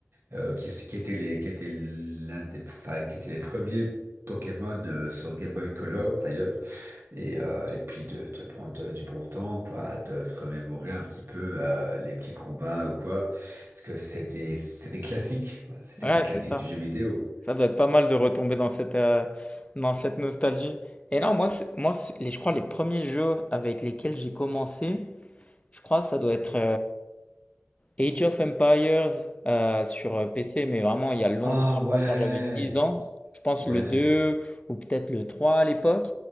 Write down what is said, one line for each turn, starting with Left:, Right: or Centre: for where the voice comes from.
Right: euh, qui, qui était les, qui était l'un des, enfin, qui était les premiers Pokémon euh, sur Game Boy Color d'ailleurs, et, euh, et puis de, de prendre euh, du bon temps, quoi, de se remémorer un petit peu euh, les petits combats ou quoi, parce que c'est des, c'est des classiques, quoi, c'était
Left: Ouais,
Right: des classiques
Left: c'est ça.
Right: du jeu vidéo.
Left: Ça doit être pas mal de retomber dans cette, euh, dans cette nostalgie. Et non, moi, c'est- moi c'est- les- je crois les premiers jeux avec lesquels j'ai commencé, je crois, ça doit être Age of Empires euh, sur PC, mais vraiment il y a longtemps,
Right: Ah ouais,
Left: je pense quand j'avais 10 ans, je pense
Right: ouais.
Left: le 2 ou peut-être le 3 à l'époque.